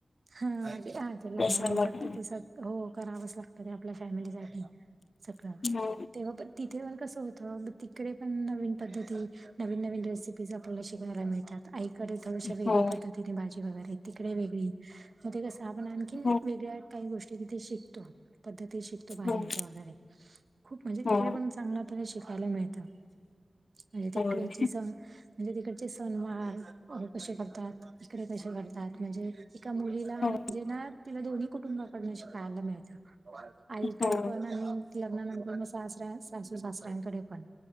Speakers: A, on the right (about 60°); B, on the left (about 75°).
A: हा, हा ते लग्नानंतर
B: तसं लग्न
A: तर ते सग हो करावंच लागतं ते आपल्या फॅमिलीसाठी. सगळं,
B: हो,
A: तेव्हा पण तिथे पण कसं होतं तिकडे पण नवीन पद्धती नवीन नवीन रेसिपीज आपल्याला शिकायला मिळतात. आईकडे थोडशा वेगळी
B: हो,
A: पद्धतीने भाजी वगैरे तिकडे वेगळी. मग ते कसं आपण आणखीन
B: हो,
A: वेगळ्या काही गोष्टी तिथे शिकतो. पद्धती शिकतो भाज्यांच्या
B: हो,
A: वगैरे, खूप म्हणजे
B: हो,
A: तिकडे पण चांगला पणे शिकायला मिळतं, म्हणजे तिथल्यांची
B: होय.
A: स म्हणजे तिकडचे सनवार कसे करतात, इकडे कसे करतात म्हणजे एका मुलीला
B: हो,
A: म्हणजे ना तिला दोन्ही कुटुंबाकडनं शिकायला मिळतं. आईकडे
B: हो,
A: पण आणि लग्नानंतर म सासऱ्या सासू सासऱ्यांकडे पण,